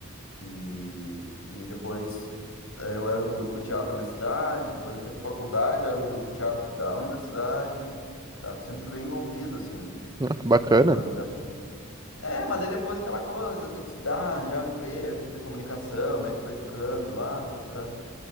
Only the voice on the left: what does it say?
E, e depois eh, eu era do grupo teatro da minha cidade, depois eu entrei pra faculdade, eu era do grupo teatro da universidade, sabe? Sempre fui bem envolvido, assim.
Mas aí é, mas daí depois aquela coisa, né? Tem que estudar, arranjar um emprego, fazer comunicação, meio que foi ficando de lado, foi ficando.